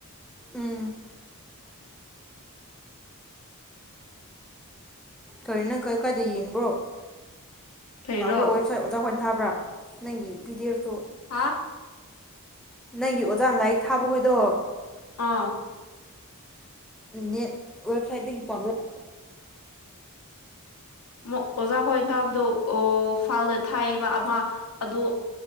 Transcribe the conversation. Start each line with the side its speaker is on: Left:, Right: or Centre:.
Centre: ꯎꯝ꯫ ꯀꯔꯤ ꯅꯪ ꯀ ꯀꯥꯏꯗ ꯌꯦꯡꯕ꯭ꯔꯣ꯫
Left: ꯀꯔꯤꯔꯣ
Centre: ꯌꯥꯕꯔꯣ ꯋꯦꯞꯁꯥꯏꯠ ꯑꯣꯖꯍꯣꯏ ꯊꯥꯕ꯭ꯔꯥ ꯅꯪꯒꯤ ꯄꯤ ꯗꯤ ꯑꯦꯞ ꯇꯣ꯫
Left: ꯍꯥꯥ꯫
Centre: ꯅꯪꯒꯤ ꯑꯣꯖꯥꯅ ꯂꯥꯏꯔꯤꯛ ꯊꯥꯕ ꯍꯣꯏꯗꯣ꯫
Left: ꯑꯥ꯫
Centre: ꯅꯦꯠ ꯋꯥꯏꯐꯥꯏꯗꯒꯤ ꯄꯥꯕꯔꯣ
Left: ꯑꯃꯨꯛ ꯑꯣꯖꯥ ꯈꯣꯏꯅ ꯊꯥꯕꯗꯣ ꯑꯣ ꯐꯥꯎꯜꯗ ꯊꯥꯏꯌꯦꯕ ꯑꯃ ꯑꯗꯨ